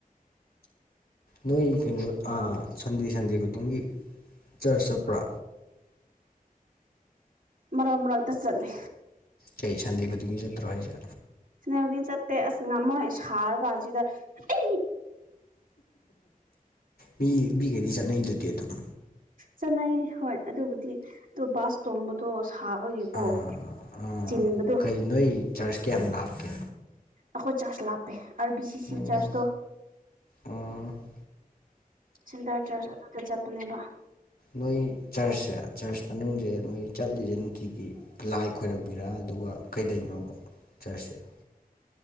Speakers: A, on the left; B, on the right.
A: ꯅꯣꯏ ꯀꯩꯅꯣ ꯑ ꯁꯟꯗꯦ ꯁꯟꯗꯦ ꯈꯨꯗꯤꯡꯒꯤ ꯆꯔꯆ ꯆꯠꯄ꯭ꯔꯥ
B: ꯃꯔꯛ ꯃꯔꯛꯇ ꯆꯠꯂꯦ
A: ꯀꯩ ꯁꯟꯗꯦ ꯈꯨꯗꯤꯡꯒꯤ ꯆꯠꯇ꯭ꯔꯣ ꯍꯥꯏꯁꯦ
B: ꯁꯅꯦꯕꯨꯗꯤ ꯆꯠꯇꯦ ꯑꯁ ꯉꯝꯃꯣꯏ ꯁꯥꯔ ꯀꯥꯟꯁꯤꯗ ꯑꯩ
A: ꯃꯤ ꯃꯤꯒꯩꯗꯤ ꯆꯠꯅꯩꯗꯨꯗꯤ ꯑꯗꯨꯝ
B: ꯆꯠꯅꯩ ꯍꯣꯏ ꯑꯗꯨꯕꯨꯗꯤ ꯑꯗꯨ ꯕꯥꯁ ꯇꯣꯡꯕꯗꯣ ꯁꯥꯕꯒꯤꯀꯣ
A: ꯑꯥ ꯑꯥ
B: ꯆꯤꯟꯕꯗꯣ
A: ꯀꯩ ꯅꯣꯏ ꯆꯔꯖ ꯀꯌꯥꯝ ꯂꯥꯞꯀꯦ
B: ꯑꯈꯣꯏ ꯆꯔꯖ ꯂꯥꯞꯄꯦ ꯑꯥꯔ ꯕꯤ ꯁꯤ ꯁꯤ
A: ꯎꯝ
B: ꯆꯔꯖꯇꯣ
A: ꯎꯝ
B: ꯁꯤꯟꯗꯔ ꯆꯔꯆ ꯑꯗꯨꯗ ꯆꯠꯄꯅꯦꯕ
A: ꯅꯣꯏ ꯆꯔꯆꯁꯦ ꯆꯔꯁ ꯃꯅꯨꯡꯖꯦ ꯅꯣꯏ ꯆꯠꯂꯤꯖꯦ ꯅꯨꯡꯇꯤꯒꯤ ꯂꯥꯏ ꯈꯣꯏꯔꯝꯃꯤꯔ ꯑꯗꯨꯒ ꯀꯩꯗꯩꯅꯣꯕ ꯆꯔꯁꯁꯦ